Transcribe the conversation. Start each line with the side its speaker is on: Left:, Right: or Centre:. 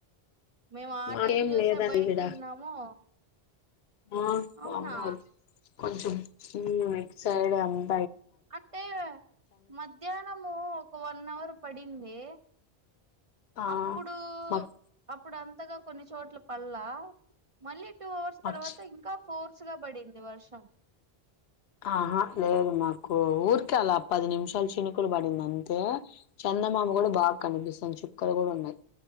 Right: మేము ఆ
Left: మాకేం
Right: టైం చూసే
Left: లేదండి
Right: బయటకి
Left: ఈడ
Right: వెళ్ళినాము
Left: ఆ <unintelligible>
Right: అవునా
Left: కొంచెం ఉహ్ నెక్స్ట్ శాటర్డే అవున్
Right: అంటే మధ్యాహ్నము ఒక వన్ అవర్ పడింది.
Left: ఆ
Right: అప్పుడు
Left: మాక్
Right: అప్ ఇప్పుడు అంతగా కొన్ని చోట్ల పల్లా మళ్ళీ టూ అవర్స్
Left: మాక్
Right: తర్వాత ఇంకా ఫోర్స్ గా పడింది వర్షం
Left: ఆహా లేదు మాకు ఆర్కే అలా పది నిమిషాలు సేప్ చినుకులు పడింది అంతే చందమామ కూడా బాగా కనిపిస్తుంది చుక్కలు కూడా ఉన్నాయి.